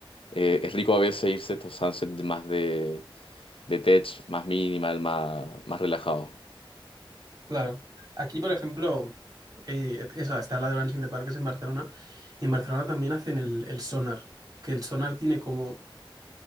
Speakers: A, on the left; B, on the right.
A: eh, es rico a veces irse a estos sunsets más de, de tech, más minimal, más, más relajado.
B: claro. Aquí, por ejemplo, eh, esa, está la de Branching the Park, que es en Barcelona, y en Barcelona también hacen el, el Sonar, que el Sonar tiene como...